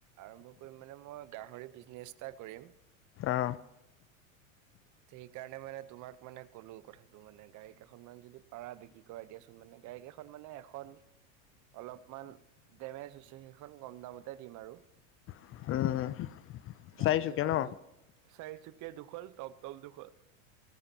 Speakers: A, on the right; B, on the left.
A: আৰম্ভ কৰিম মানে মই গাহৰি বিজনেচ এটা কৰিম।
B: অ।
A: সেইকাৰণে মানে তোমাক মানে ক'লো কথাটো মানে গাড়ী কেইখন মান যদি পাৰা বিক্ৰী কৰাই দিয়া মানে গাড়ীকেইখন মানে এখন অলপমান ডেমেজ হৈছে সেইখন কম দামতে দিম আৰু।
B: উম।
A: বাকী
B: চাৰিচুকীয়া
A: এখন
B: ন?
A: বিকি চাৰি চকীয়া দুখন টম টম দুখন।